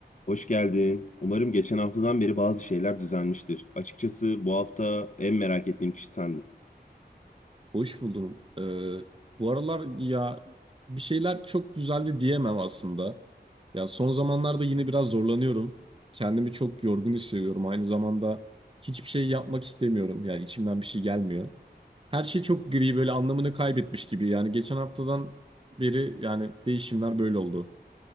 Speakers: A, on the left (about 45°); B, on the right (about 30°).
A: Hoş geldin. Umarım geçen haftadan beri bazı şeyler düzelmiştir. Açıkçası bu hafta en merak ettiğim kişi sendin.
B: Hoş buldum. Ee, bu aralar ya bir şeyler çok düzeldi diyemem aslında. Ya son zamanlarda yine biraz zorlanıyorum. Kendimi çok yorgun hissediyorum. Aynı zamanda hiçbir şey yapmak istemiyorum. Yani içimden bir şey gelmiyor. Her şey çok gri böyle anlamını kaybetmiş gibi. Yani geçen haftadan beri yani değişimler böyle oldu.